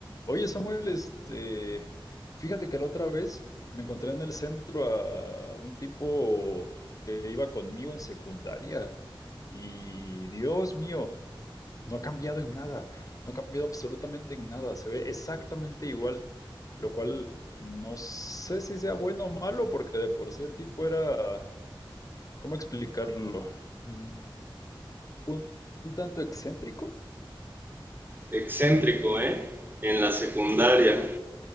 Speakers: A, on the left (about 40°); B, on the right (about 20°).
A: Oye, Samuel, este, fíjate que la otra vez me encontré en el centro a un tipo que iba conmigo en secundaria y Dios mío, no ha cambiado en nada, no ha cambiado absolutamente en nada, se ve exactamente igual, lo cual no sé si sea bueno o malo porque de por sí el tipo era, ¿cómo explicarlo? Mm, un, un tanto excéntrico.
B: excéntrico, ¿eh? En la secundaria.
A: Ajá,